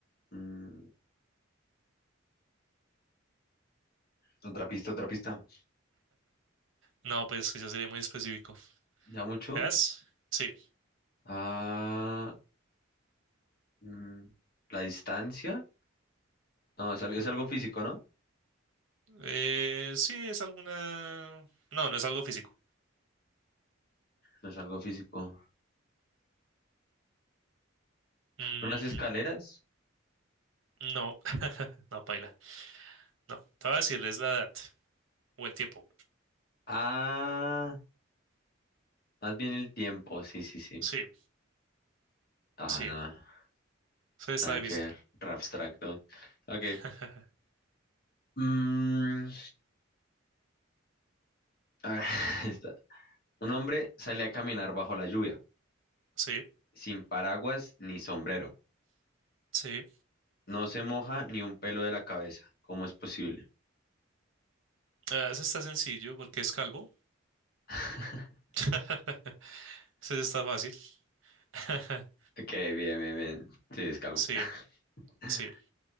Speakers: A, on the left; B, on the right.
A: Mm, otra pista, otra pista.
B: No, pues es que ya sería muy específico.
A: Ya mucho.
B: ¿Es? Sí.
A: Ah, mm, la distancia. No, es, al- es
B: Mm,
A: algo físico, ¿no?
B: eh, sí, es alguna. No, no es algo físico.
A: No es algo físico.
B: Mm,
A: Unas escaleras.
B: No, <laughs> no, paila. No, te voy a decir, la edad o el tiempo.
A: Ah, más bien el tiempo. Sí, sí, sí.
B: Sí,
A: Ah,
B: sí,
A: no.
B: eso está
A: Nada que
B: difícil.
A: ver, re abstracto. Ok.
B: <laughs>
A: Mm, a ver, <laughs> esta. Un hombre sale a caminar bajo la lluvia,
B: Sí,
A: sin paraguas ni sombrero.
B: sí.
A: No se moja ni un pelo de la cabeza. ¿Cómo es posible?
B: Ah, ese está sencillo porque es calvo.
A: <laughs>
B: <laughs> Ese está fácil. <laughs>
A: Ok, bien, bien, bien. Sí, es calmo.
B: Sí,
A: <laughs>
B: sí.